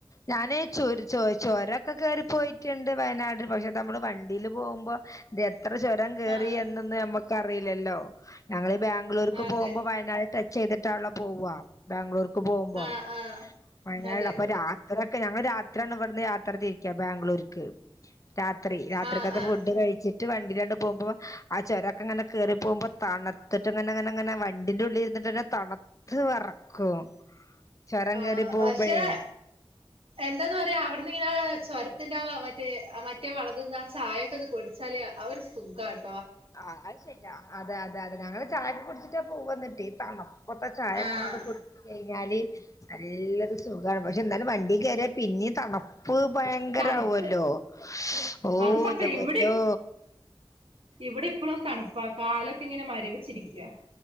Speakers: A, on the left; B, on the right.
A: ഞാനേ ചുര് ചൊര് ചൊരൊക്കെ കേറിപ്പൊയ്ട്ട്ണ്ട് വയനാട് പഷേ ഇതമ്മള് വണ്ടീല് പോവുമ്പോ, ഇത് എത്ര ചൊരം കേറി
B: ആഹ്
A: എന്നൊന്നും ഞമ്മക്കറീലല്ലോ. ഞങ്ങള് ബാ- ക്ക്
B: അതെ
A: പോവുമ്പോ വയനാട് ടച്ചെയ്ത്ട്ടാണല്ലോ പോവാ. ബാംഗ്ലൂർക്ക് പോവുമ്പോ,
B: ആഹ് ആഹ്
A: വയനാടപ്പൊ
B: അതെ അതെ
A: രാ- രൊക്കെ ഞങ്ങള് രാത്രാന്ന്‌ പറഞ്ഞത് രാത്ര തിരിക്ക ബാംഗ്ലൂർക്ക്. രാത്രി. രാത്രിക്കത്തെ
B: ആഹ് ആഹ്
A: ഫുഡ് കഴിച്ചിട്ട് വണ്ടിലണ്ട് പോമ്പോ ആ ചൊരൊക്കെങ്ങനെ കേറിപോവുമ്പോ തണ്ത്ത്ട്ട്ങ്ങനെങ്ങനെ ങ്ങനെ വണ്ടിന്റുള്ളിലിര്ന്ന്ട്ടെന്നെ തണ്ത്ത് വെറക്കും. ചുരം
B: ആഹ്
A: കേറി പോകുമ്പോഴേ
B: പക്ഷേ.. എന്താന്ന് പറയാ അവിട്ന്ന്‌ങ്ങനെ.. ചുരത്തിന്റെ ആ മറ്റേ അ മറ്റേ വളവ്ന്ന്ആ ചായൊക്കൊന്ന് പൊടിച്ചാല് അരു സുഖാണ്
A: ആഹ് അത്ശരിയാ അത് അത് അത് ഞങ്ങള് ചായൊക്കെ കുടിച്ചിട്ടാ പോവ്വാന്ന്ട്ടേ <unintelligible> ഇപ്പത്തെ ചായക്കോണ്ട്
B: ആഹ്
A: ട്ട്കുടി കഴിഞ്ഞാല് നല്ലോരുസുഖാ പക്ഷേന്നാലും വണ്ടീകേറിയ പിന്നീം തണ് പ്പ് ഭയങ്കരാവോല്ലോ
B: തണുപ്പ്
A: <inaudible> ഓന്റെ
B: അത് സത്യം
A: പൊന്നോ
B: ഇവിടെ ഇവിടെ ഇപ്പളും തണുപ്പാ.. കാലൊക്കെങ്ങനെ മരിവിച്ചിരിക്ക്യ